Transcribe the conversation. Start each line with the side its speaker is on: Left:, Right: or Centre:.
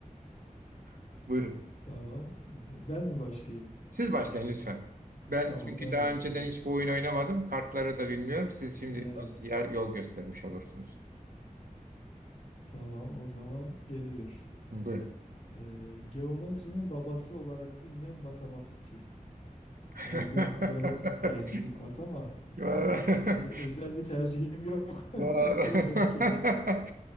Right: <laughs> Buyurun.
Left: Tamam. Ee, Ben mi başlayayım?
Right: Siz başlayın lütfen. Ben
Left: Tamam,
Right: çünkü
Left: ben
Right: daha
Left: başlayayım.
Right: önceden hiç bu oyun oynamadım. Kartları da bilmiyorum. Siz şimdi
Left: Evet,
Right: bana yer- yol göstermiş olursunuz.
Left: tamam. O zaman geliyor.
Right: Buyurun.
Left: Ee, geometrinin babası olarak bilinen matematikçi.
Right: <laughs>
Left: Yani bu böyle geldi bu kart ama
Right: Vallahi-
Left: e, e, özel bir tercihim yok.
Right: vallahi-
Left: <laughs> Öyle denk geldi.